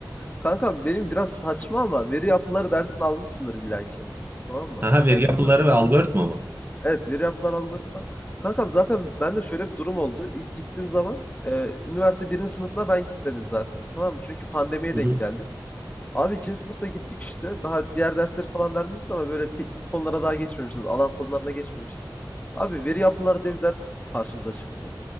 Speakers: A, on the left (about 20°); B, on the right (about 30°).
A: Kankam benim biraz saçma ama veri yapıları dersini almışsındır illaki. Tamam mı?
B: Aha, veri
A: Ya
B: yapıları
A: bilmem.
B: ve algoritma mı?
A: Evet, veri yapılan algoritma. Kankam zaten bende şöyle bir durum oldu. İlk gittiğim zaman e, üniversite birinci sınıfına ben gitmedim zaten. Tamam mı? Çünkü pandemiye
B: Hı
A: denk
B: hı.
A: geldik. Abi ikinci sınıfta gittik işte. Daha diğer dersleri falan vermişiz ama böyle teknik konulara daha geçmemişiz. Alan konularına geçmemişiz. Abi veri yapılar diye bir ders karşımıza çıktı.